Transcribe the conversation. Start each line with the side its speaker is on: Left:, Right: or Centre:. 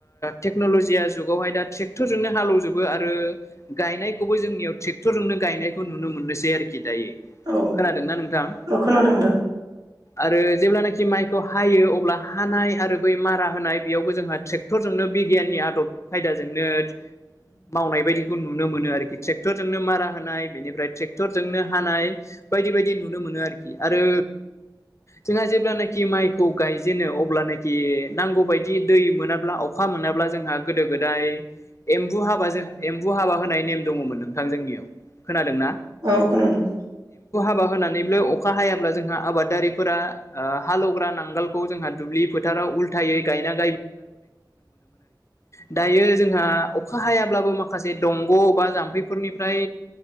Left: टेक्न'लजिया जुगावहाय दा ट्रेक्टरजोंनो हालौजोबो आरो आरो गायनायखौबो जोंनियाव ट्रेक्टरजोंोंनो गायनायखौ नुनो मोननोसै आरोखि दायो
Right: औ
Left: खोनादोंना नोंथां
Right: औ खोनादों दा
Left: आरो जेब्लानाखि माइखौ हायो अब्ला हानाय आरो बै मारा होनाय बेयावबो जोंहा ट्रेक्टरजोंनो बिगियाननि आदब खायदाजोंनो मावनाय बायदिखौ नुनो मोनो आरोखि ट्रेक्टरजोंनो मारा होनाय बेनिफ्राय ट्रेक्टरजोंनो हानाय बायदि बेबायदि नुनो मोनो आरोखि आरो जोंहा जेब्लानाखि माइखौ गायजेनो अब्लानोखि नांगौ बायदि दै मोनाब्ला अखा जों गो ए हाब एम्बु हाबा होनाय नेम दङमोन नोंथां जोंनियाव खोनादों ना
Right: औ खोनादों
Left: हाबा होनानैबो अखा हायाब्ला जोंहा आबादारिफोरा हालौवग्रा नांगालखौ जोंहा दुब्लि फोथार न द ज माखासे दंग' बा जाफोरनिफ्राय